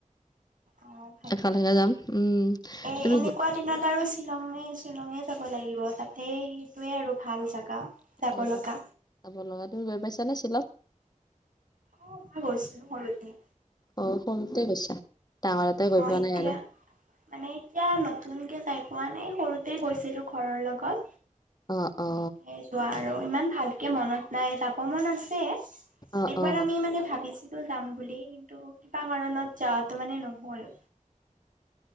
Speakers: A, on the right; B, on the left.
A: অ অ ভালে
B: একেলগে যাম উম
A: এ
B: তুমি
A: এনেকুৱা
B: গ-
A: দিনত আৰু শ্বিলঙে শ্বিলঙে যাব লাগিব তাতে সেইটোৱে আৰু ভাল জাগা। যাব
B: অ
A: লগা
B: যাব লগা তুমি গৈ পাইছানে শ্বিলং
A: অ মই গৈছিলো সৰুতে
B: অ সৰুতে গৈছা ডাঙৰতে গৈ
A: অ
B: পোৱা
A: এতিয়া
B: নাই আৰু
A: মানে এতিয়া নতুনকে চাই পোৱা নাই সৰুতে গৈছিলো ঘৰৰ লগত
B: অ অ
A: তেতিয়াই যোৱা আৰু ইমান ভালকে মনত নাই তাপমান আছে
B: অ
A: এইবাৰ
B: অ
A: আমি মানে ভাবিছো টো যাম বুলি কিন্তু কিবা কাৰণত যোৱাটো মানে নহ'ল